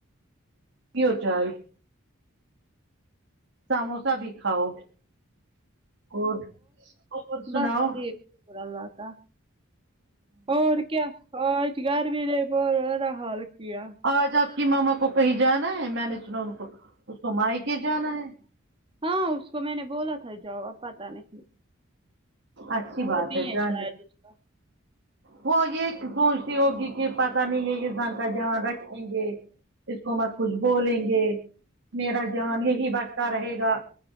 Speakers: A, on the right; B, on the right.
A: پیو چاۓ سموسا بھی کھاؤ اور اور سناؤ
B: بس ٹھیک شکر اللہ کا اور کیا آج گرمی نے بہت برا حال کیا
A: آج آپ کی ماما کو کہیں جانا ہے میں نے سنا ان کو اس کو میکے جانا ہے
B: ہاں اس کو میں نے بولا تھا جاو اب پتہ نہیں
A: اچھی
B: موڈ
A: بات
B: نہیں
A: ہے جانے
B: شاید اس کا
A: وہ یہ سوچتی ہوگی کہ پتہ نہیں یہ گھر کا دھیان رکھیں گے اس کو مت کچھ بولیں گے میرا جان یہی بٹتا رہے گا